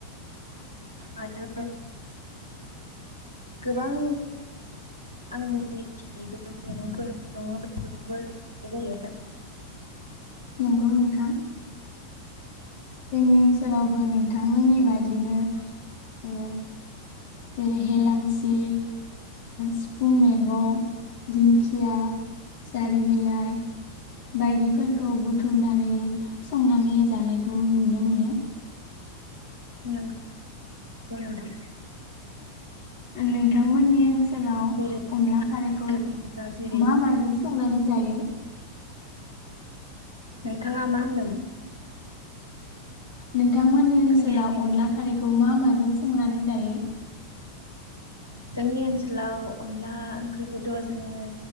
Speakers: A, on the left; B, on the left.
A: आरो गोबां आं मिथियो बे मैगंफोर दंङ बेबो जायो
B: नंगौ नोंथां जोंनि ओनसोलावबो नोंथांमोननि बादिनो ओ जेरै हेेलांसि सिफुं मैगं दिंखिया जारि बिलाइ बायदिफोरखौ बुथुमनानै संनानै जानायखौ नुनो मोनो
A: नों गौ नोंथां
B: नोंथांमोननि ओनसोलाव
A: जेरै
B: अनला खारैखौ
A: बुङोब्ला जेरै
B: मा माजों संनानै जायो?
A: नोंथांङा मा होनदोंमोन
B: नों थांमोननि ओनसोलाव
A: खोनायाखै नोंथां
B: अनला खारैखौ मा मा जों संनानै जायो
A: जोंनि ओनसोलाव अनला ओंख्रिखौथ' जोङो